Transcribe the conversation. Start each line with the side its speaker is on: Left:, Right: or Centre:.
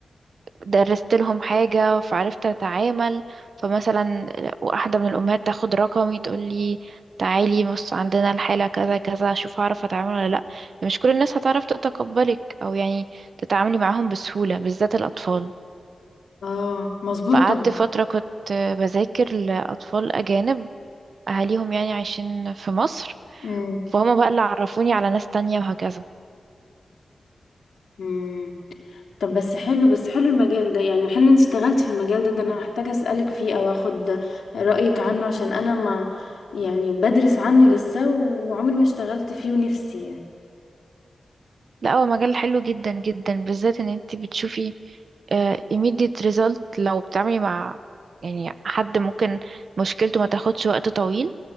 Right: درست لهم حاجة فعرفت أتعامل فمثلا واحدة من الأمهات تاخد رقمي تقولي تعالي بص عندنا الحالة كذا كذا شوف هعرف أتعامل ولا لأ يعني مش كل الناس هتعرف تتقبلك أو يعني تتعاملي معاهم بسهولة بالذات الأطفال
Left: اه مظبوط
Right: فقعدت
Left: طبعا
Right: فترة كنت بذاكر لأطفال أجانب أهاليهم يعني عايشين في مصر
Left: امم
Right: فهم بقى اللي عرفوني على ناس تانية وهكذا
Left: مم. طب بس حلو بس حلو المجال ده يعني حلو إن انتي اشتغلتي في المجال ده ده أنا هحتاج أسألك فيه أو أخد رأيك عنه عشان أنا ما يعني بدرس عنه لسه وعمري ما اشتغلت فيه ونفسي يعني
Right: لا هو مجال حلو جدا جدا بالذات ان انت بتشوفي آه، immediate result لو بتعملي مع يعني حد ممكن مشكلته ما تاخدش وقت طويل